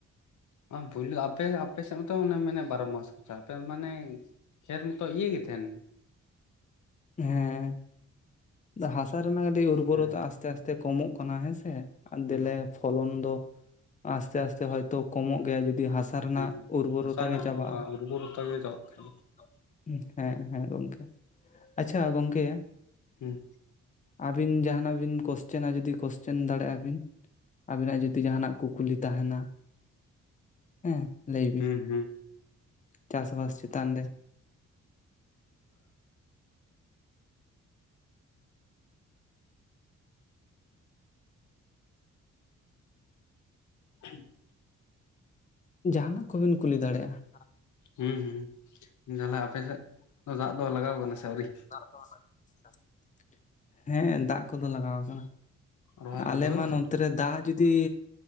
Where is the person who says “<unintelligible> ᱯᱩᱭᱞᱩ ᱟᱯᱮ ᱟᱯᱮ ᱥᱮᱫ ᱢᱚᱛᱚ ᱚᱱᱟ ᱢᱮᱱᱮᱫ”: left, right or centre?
Left